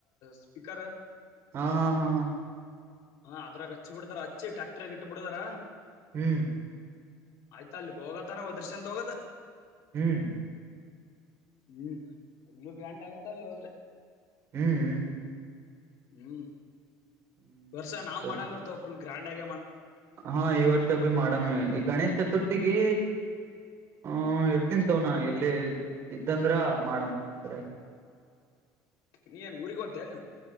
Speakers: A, on the left; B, on the right.
A: ಸ್ಪೀಕರ್
B: ಹಾ ಹಾ ಹಾ ಹಾ
A: ಹಾ ಅದ್ರಾಗ ಹಚ್ಚಿ ಬಿಡತಾರ ಹಚ್ಚಿ ಟ್ಯಾಕ್ಟರ್ ಇಟ್ಟ ಬಿಡಿದಾರ
B: ಹ್ಮ್
A: ಆಯ್ತಾ ಅಲ್ಲಿಗ್ ಹೋಗತಾನ ಒದ್ರಶ ಅಂತ ತಗದ
B: ಹ್ಮ್
A: ಹ್ಮ್ ಎಲ್ಲೂ ಗ್ರ್ಯಾಂಡ್ ಆಗತ್ತ ಅಲ್ ಹೋದ್ರೆ
B: ಹ್ಮ್ ಹ್ಮ್
A: ಹ್ಮ್
B: ಹ್ಮ್
A: ವರ್ಷ ನಾವ್
B: ಸರಿ
A: ಮಾಡಂಬಿರ್ತವ ಪುಲ್ ಗ್ರಾಂಡ್ಾಗ
B: ಹಾ ಈ ವರ್ಷ ಭ ಮಾಡಮ್ಮಿ ಗಣೇಶ್ ಚತುರ್ಥಿಗೆ ಹ್ಮ ಇರ್ತನ್ ತವನ ಎಲ್ಲಿ ಇದ್ದಂದ್ರ ಮಾಡಮ ಸರಿಯಾಗಿ
A: ನೀಏನು ಉಊರಿಗೊತ್ತನು